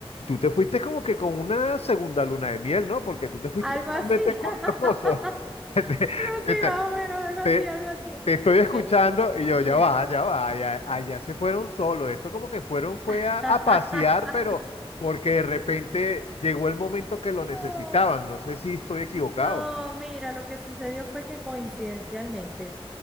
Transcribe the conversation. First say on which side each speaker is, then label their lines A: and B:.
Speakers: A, on the left; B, in the centre.
A: Tú te fuiste como que con una segunda luna de miel, ¿no? Porque tú te fuiste
B: Algo
A: solamente
B: así. <laughs> Algo
A: lo <laughs> Te,
B: así,
A: te-
B: más o menos, algo así,
A: te-
B: algo así.
A: te estoy escuchando
B: Me-
A: y yo,
B: mira.
A: ya va, ya va, allá, allá se fueron solos. Esto como que fueron, fue
B: <laughs>
A: a, a pasear, pero porque de repente llegó el momento que lo necesitaban.
B: Oh,
A: No sé si estoy equivocado.
B: no, mira, lo que sucedió fue que coincidencialmente